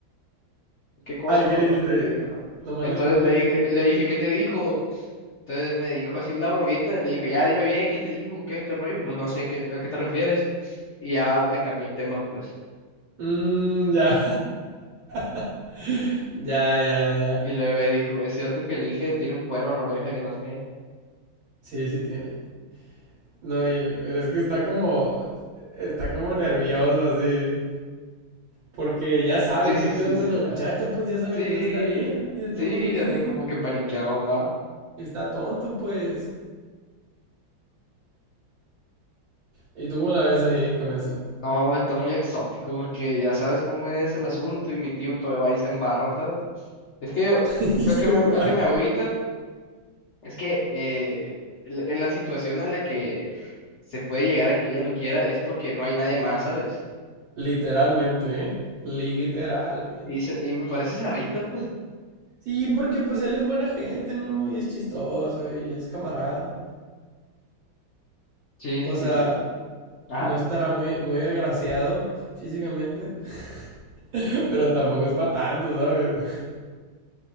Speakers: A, on the left; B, on the right.
A: ¿Qué cosa?
B: Ay,
A: No,
B: ¿qué le
A: no
B: dijiste?
A: supe qué dijo.
B: Nomás
A: Entonces
B: le, nomás
A: le
B: le
A: dije,
B: dijiste que...
A: le dije, ¿qué te dijo? Entonces me dijo así una bromita, y le dijo, ya dime bien, ¿qué te dijo? ¿Qué, qué rollo? Pues no sé qué, a qué te refieres. Y ya me cambió el tema, pues.
B: Mmm, ya. <laughs> Ya, ya, ya.
A: Y luego dijo, es cierto que el Inge tiene un cuero en la oreja que no sé qué.
B: Sí, sí tiene. No, y pero es que está como... Está como nervioso así. Porque ya sabe
A: Sí, sí,
B: qué pedo
A: sí,
B: con
A: sí.
B: la muchacha, pues ya sabe
A: Sí,
B: que no está bien. Y de
A: sí,
B: todos modos ahí sigue.
A: anda como que paniqueado, va.
B: Está tonto, pues. ¿Y tú cómo la ves ahí con eso?
A: No, está muy exótico porque ya sabes cómo es el asunto y mi tío todavía va y se embarra, ¿sabes? Es que yo,
B: <laughs> Y
A: lo
B: se
A: que me,
B: embarra.
A: lo que me agüita es que eh, el- en la situación en la que se puede llegar a que ella lo quiera es porque no hay nadie más, ¿sabes?
B: Literalmente, ¿eh? Literalmente.
A: Y, se- y me parece esa Rita, pues.
B: Sí, porque pues él es buena gente, ¿no? Y es chistoso y es camarada.
A: Sí,
B: O
A: sí, sí,
B: sea,
A: sí. Ajá.
B: no estará muy, muy agraciado físicamente, <laughs> pero tampoco es para tanto, ¿sabes? <laughs>